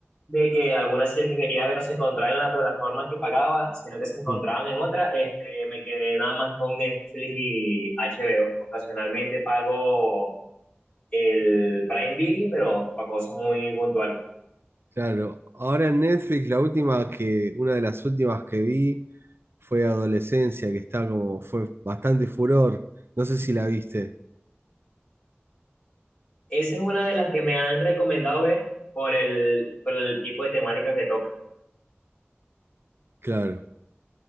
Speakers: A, on the left; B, on the right.
A: de que algunas series que quería ver no se encontraban en la plataforma que pagaba, sino que se encontraban
B: Mm,
A: en otra, este, me quedé nada más con Netflix y HBO. Ocasionalmente pago el Prime Video, pero para cosas muy puntuales.
B: claro, ahora en Netflix la última que, una de las últimas que vi fue Adolescencia, que está como, fue bastante furor. No sé si la viste.
A: Esa es una de las que me han recomendado ver por el, por el tipo de temática que toca.
B: Claro.